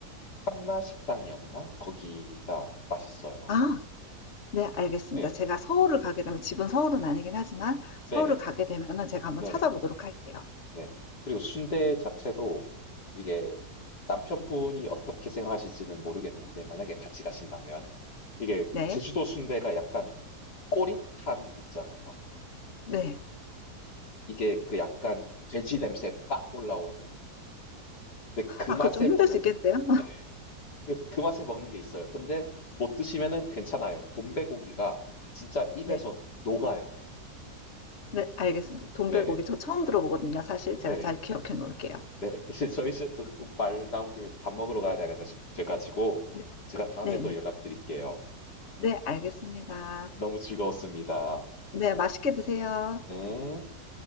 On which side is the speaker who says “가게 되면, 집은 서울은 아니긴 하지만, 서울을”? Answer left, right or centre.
Left